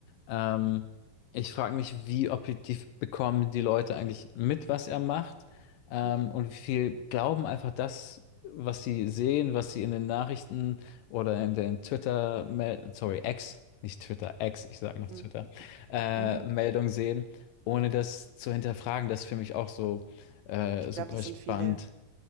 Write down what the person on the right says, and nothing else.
Hm.
Hm.
Mhm.
Ich glaube,
das
sind viele.